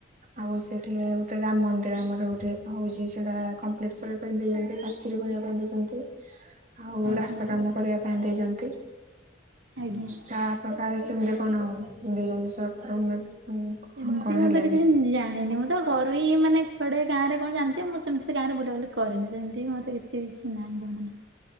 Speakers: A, on the right; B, on the right.
A: ଆଉ ସେଠି ଗୋଟେ ରାମ ମନ୍ଦିର ଆମର ଗୋଟେ ହଉଛି ସେଟା କମ୍ପଲିଟ କରିବା ପାଇଁ ଦେଇଛନ୍ତି ପାଚେରୀ କରିବା ପାଇଁ ଦେଇଛନ୍ତି। ଆଉ
B: ଆଜ୍ଞା
A: ରାସ୍ତା କାମ କରିବା ପାଇଁ ଦେଇଛନ୍ତି।
B: ଆଜ୍ଞା
A: ତ ଆପଣ ଆଡ଼େ ସେମିତି କଣ ଦେଇଛନ୍ତି ସରକାର ଉନ୍ନତି
B: ସେମତି
A: କଣ
B: ମୁଁ
A: ହେଲାନି
B: ତ କିଛି ଜାଣିନି ମୁଁ ତ କରୁ ହି ମାନେ କୁଆଡେ ଗାଁରେ କଣ ଜାଣିଥିବ ମୁଁ ସେମିତି ତ ଗାଁରେ ବୁଲାବୁଲି କରେନି ସେମିତି ମୋତେ କେତେ କିଛି ନାହିଁ। ଜଣା ନାହିଁ।